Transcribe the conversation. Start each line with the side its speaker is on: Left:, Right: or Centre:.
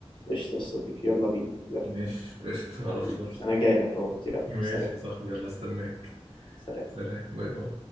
Left: قشطة يا صديقي يلا بينا يلا
Right: ماشي قشطة خلاص
Left: حبيبي
Right: فل
Left: أنا جاي لك أهوت يلا
Right: ماشي
Left: سلام
Right: يا صاحبي يلا استناك
Left: سلام
Right: سلام باي باي